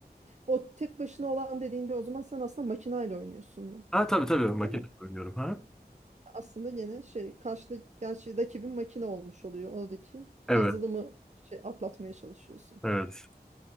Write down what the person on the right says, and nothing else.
O tek başına olan dediğinde o zaman sen aslında makinayla oynuyorsun mu?
Değil mi?
Aslında gene şey karşıda gerçi rakibin makine olmuş oluyor. Oradaki
yazılımı şey atlatmaya çalışıyorsun.